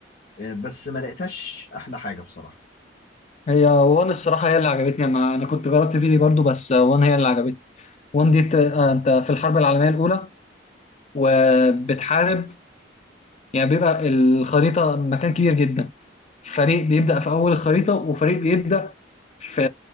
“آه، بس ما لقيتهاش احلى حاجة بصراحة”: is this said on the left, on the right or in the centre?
Left